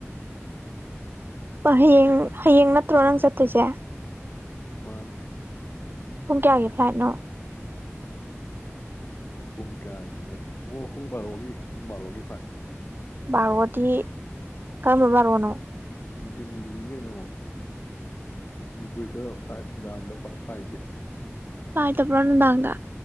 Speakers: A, on the right; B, on the left.
A: ꯍꯌꯦꯡ - ꯍꯌꯦꯡ ꯅꯠꯇ꯭ꯔꯣ ꯅꯪ ꯆꯠꯇꯣꯏꯁꯦ꯫
B: ꯃꯥꯅꯦ꯫
A: ꯄꯨꯡ ꯀꯌꯥꯒꯤ ꯐ꯭ꯂꯥꯏꯠꯅꯣ꯫
B: ꯄꯨꯡ ꯀꯌꯥꯒꯤꯅꯣ꯫ ꯑꯣ ꯄꯨꯡ ꯕꯥꯔꯣꯒꯤ꯫ ꯄꯨꯡ ꯕꯥꯔꯣꯒꯤ ꯐꯥꯏꯠ꯫
A: ꯕꯥꯔꯣꯗꯤ ꯀꯔꯝꯕ ꯕꯥꯔꯣꯅꯣ ꯫
B: ꯅꯨꯡꯊꯤꯟꯒꯤꯅꯤ ꯀꯩꯅꯣ ꯃꯅꯤꯄꯨꯔꯗ ꯄꯥꯏ ꯅꯨꯡꯗꯥꯡꯗ ꯄꯛ ꯄꯥꯏꯗꯦ꯫
A: ꯄꯥꯏꯗꯕꯔꯣ ꯅꯨꯡꯗꯥꯡꯗ꯫